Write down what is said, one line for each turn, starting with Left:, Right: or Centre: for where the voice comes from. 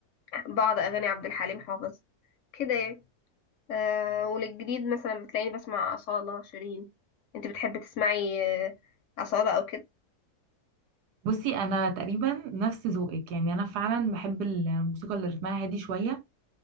Left: بعض أغاني عبد الحليم حافظ كده يعني آه، وللجديد مثلا بتلاقيني بسمع أصالة شيرين انت بتحبي تسمعي آه، أصالة أو كده
Right: بصي انا تقريبا نفس ذوقك يعني انا فعلا بحب الموسيقى اللي رتمها هادي شويه